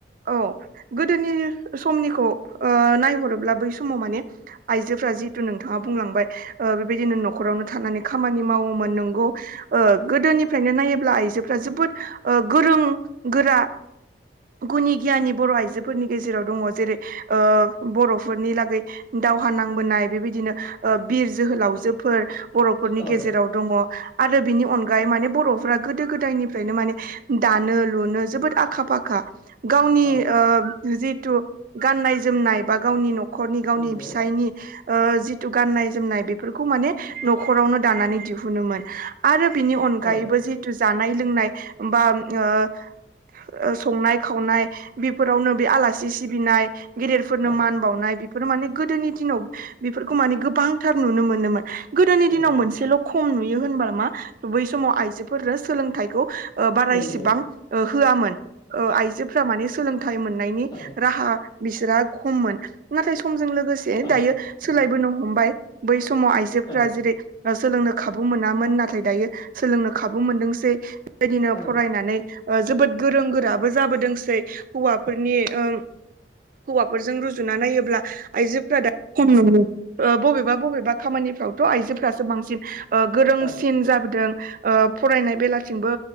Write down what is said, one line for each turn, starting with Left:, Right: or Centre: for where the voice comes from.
Right: औ गोदोनि समनिखौ ओ नायहरोब्ला बै समाव माने आइजोफोरा जिहथु नोंथाङा बुंलांबाय ओ बेबायदिनो न'खरावनो थानानै खामानि मावोमोन नंगौ ओ गोदोनिफ्रायनो नायो ब्ला आइजोफ्रा जोबोद ओ गोरों गोरा गुनि गियानि बर' आइजोफोरनि गेजेराव दङ जेरै ओ बर'फोरनि लागै दावहा नांबोनाय बेबायदिनो बिर जोहोलावजोफोर बर'फोरनि
Left: औ
Right: गेजेराव दङ। आरो बिनि अनगायै माने बर'फोरा गोदो गोदायनिफ्रायनो माने दानो लुनो जोबोद आखा फाखा। गावनि
Left: औ
Right: ओ जि तु गाननाय जोमनाय बा गावनि न'ख खरनि गावनि
Left: नंगौ
Right: फिसायनि ओ जिथु गाननाय जोमनाय बेफोरखौ माने न'खरावनो दानानै दिहुनोमोन आरो बिनि अनगायैबो
Left: औ
Right: जितु जानाय लोंनाय बा ओ ओ संनाय खावनाय बिफोरावनो बे आलासि सिबिनाय। गेदेरफोरनो
Left: औ
Right: मान बावनाय फोर माने गोदोनि दिनाव बेफोरखौ माने गोबांथार नुनो मोनोमोन। गोदोनि दिनाव
Left: औ नंगौ
Right: मोनसेल' खम नु बि होनबा मा बै समाव आइजोफोरो सोलोंथायखौ बारा
Left: नंगौ
Right: एसेबां मोन आइजो फोरा माने सोलों फिथाय मोननायनि
Left: औ
Right: राहा बिसोरा खममोन नाथाय समजों लोग लोगोसे
Left: औ
Right: दायो
Left: नंगौ
Right: सोलायबोनो हमबाय। बैस समाव आइजोफोरा
Left: औ
Right: जेरै सोलोंनो खाबु मोनामोन नाथाय दायो सोलोंनो खाबु मोनदों बेबायदिनो
Left: औ
Right: फरायनानै जोबोद गोरों गोराबो जाबोदोंसै हौवाफोरनि ओ हौवाफोरजों रुजुना नायोब्ला आइजोफोरा दा खम मोनो बबेबा बबेबा खामानिफ्रावथ' आइजोफ्रासो बांसिन ओ गोरोंसिन
Left: औ
Right: जाबोदों ओ फरायनाय बेलाथिंबो